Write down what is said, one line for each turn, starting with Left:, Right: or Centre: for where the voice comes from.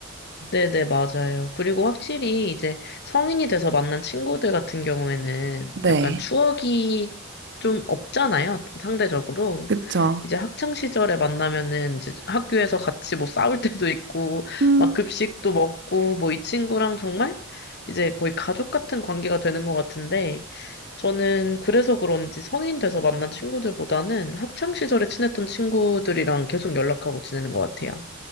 Left: 네네, 맞아요. 그리고 확실히 이제 성인이 돼서 만난 친구들 같은 경우에는
Right: 네.
Left: 약간 추억이 좀 없잖아요, 상대적으로.
Right: 그쵸.
Left: 이제 학창 시절에 만나면은 이제 학교에서 같이 뭐 싸울 때도 있고,
Right: 음.
Left: 막 급식도 먹고, 뭐 이 친구랑 정말 이제 거의 가족 같은 관계가 되는 것 같은데, 저는 그래서 그런지 성인 돼서 만난 친구들보다는 학창 시절에 친했던 친구들이랑 계속 연락하고 지내는 것 같아요.